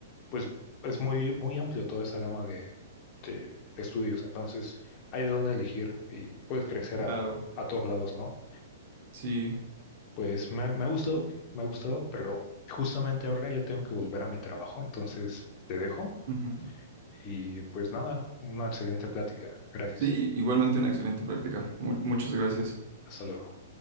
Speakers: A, on the left; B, on the right.
A: pues es muy, muy amplio toda esa gama de, de estudios. Entonces, hay de dónde elegir y puedes crecer a,
B: claro,
A: a todos lados, ¿no?
B: sí.
A: Pues me, me ha gustado, me ha gustado, pero justamente ahora ya tengo que volver a mi trabajo, entonces te dejo
B: ujú.
A: y pues nada, una excelente plática. Gracias.
B: Sí, igualmente una excelente práctica. Mu- muchas gracias.
A: Hasta luego.